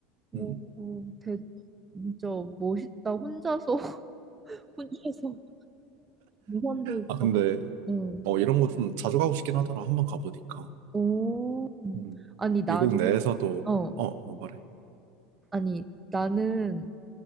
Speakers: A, on the right; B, on the right.
A: 오,
B: 음.
A: 되게 진짜 멋있다. 혼자서 <laughs> 혼자서 등산도
B: 아, 근데,
A: 막, 응.
B: 어, 이런 거 좀 자주 가고 싶긴 하더라. 한번 가보니까.
A: 오,
B: 음.
A: 아니 나는
B: 미국 내에서도,
A: 어,
B: 어, 어, 말해.
A: 아니 나는